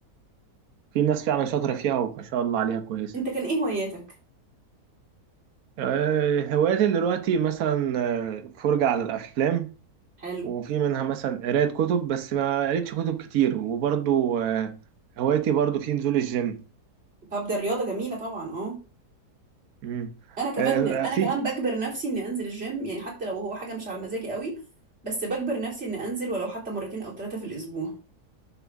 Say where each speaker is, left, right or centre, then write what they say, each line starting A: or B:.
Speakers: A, on the right (about 65°); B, on the right (about 40°).
A: في ناس فعلا شاطره فيها وما شاء الله عليها كويسه
B: انت كان ايه هواياتك
A: آه، هواياتي دلوقتي مثلا آه، فرجه على الافلام
B: حلو
A: وفي منها مثلا قراية كتب بس ما قريتش كتب كتير وبرضو آه، هوايتي برضو في نزول الجيم
B: طب ده الرياضه جميله طبعا اه
A: مم.
B: انا كمان
A: آه،
B: انا
A: في
B: كمان بجبر نفسي اني انزل الجيم يعني حتى لو هو حاجه مش على مزاجي قوي بس بجبر نفسي اني انزل ولو حتى مرتين او ثلاثه في الاسبوع